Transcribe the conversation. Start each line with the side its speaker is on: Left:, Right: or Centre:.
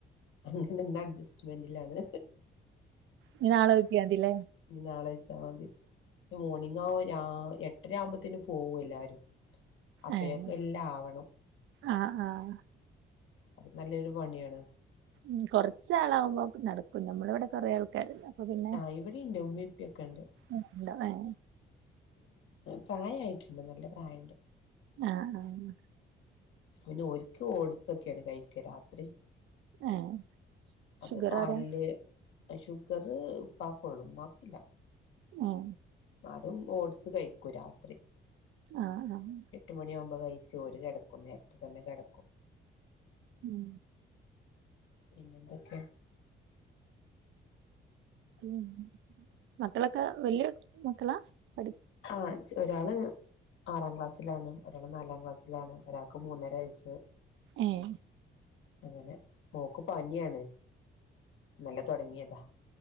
Left: അങ്ങനെ എന്ത അഡ്ജസ്റ്റ്മെന്റിലാണ്
Right: ഇനി നാളെ നോക്കിയ മതില്ലേ
Left: ഇനി നാളെ വെച്ചാൽ മതി പക്ഷെ മോർണിംഗ് രാ എട്ട രാവുമ്പോത്തിന് പോകും എല്ലാവാരും അപ്പയൊക്കെ
Right: ഏഹ്
Left: എല്ലാ ആവണം
Right: ആഹ് ആഹ്
Left: അത് നല്ലൊരു പണിയാണ്
Right: ഉ കൊറച്ചാളാകുമ്പോ നടക്കും നമ്മള ഇവിടെ കുറേ ആൾ ക്കാര് അപ്പൊ പിന്നെ
Left: ആഹ് ഇവിടിണ്ട് ഉമമിം ഉപ്പിയൊക്കെ ഇണ്ട്
Right: ആഹ് നല്ലപ്രയായോ
Left: പ്രായായിട്ടുണ്ട് നല്ല പ്രായണ്ട്
Right: ആഹ് ആഹ്.
Left: പിന്നെ ഓര്ക്ക് ഓട്സൊക്കേണ് കഴിക്ക രാത്രി
Right: ഏഹ്
Left: അത്
Right: ഷുഗർ
Left: പാലില്
Right: ആരാ
Left: ആഹ് ഷുഗർ ഉപ്പാക്കൊള്ളൂ ഉമ്മാക്കില്ല
Right: ആഹ്
Left: എന്നാലും ഓഡ്സ് കഴിക്കൂ രാത്രി
Right: ആഹ് ആഹ്
Left: എട്ട് മണിയാവുമ്പോ കഴിച്ച് ഓര് കെടക്കും നേരത്തെ തന്നെ കെടക്കും
Right: ഉം
Left: പിന്നെന്തക്കെ
Right: പിന്ന മക്കളൊക്കെ വല്ല്യ മക്കളാ പഠി
Left: ആഹ് ഇച്ച് ഒരാള് ആറാം ക്ലാസ്സിലാണ് ഒരാൾ നാലാം ക്ലാസ്സിലാണ് ഒരാൾ മൂന്നരവയസ്
Right: ഏഹ്
Left: അങ്ങനെ ഓക്ക് പനിയാണ് ഇന്നലെ തൊടങ്ങിയേതാ.